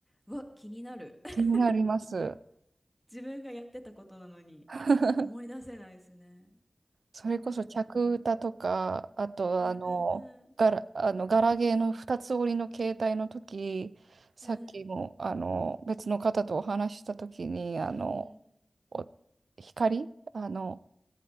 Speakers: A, in the centre; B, on the right.
A: うわ、気になる。<laughs>
B: 気になります。
A: 自分がやってたことなのに、
B: <laughs>
A: 思い出せないですね。
B: それこそ客歌とか、
A: いや、でも、
B: あとあの、
A: うんうんうん、
B: ガラ、あのガラゲーの二つ折りの携帯の時、さっきもあの別の方とお話しした時に、
A: うん、
B: あの、
A: うん。
B: お光、あの、